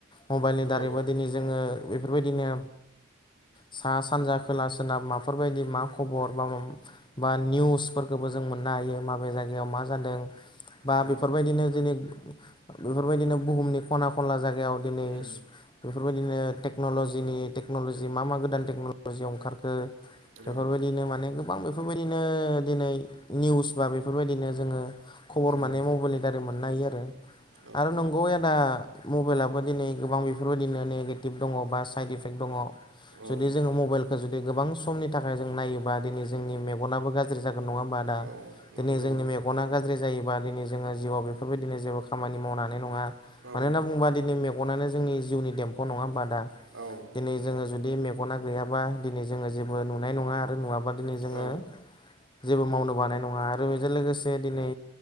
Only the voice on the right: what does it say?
औ
औ
उम
औ
उम
औ
औ
औ
औ नंगौ
औ
औ
नंगौ
औ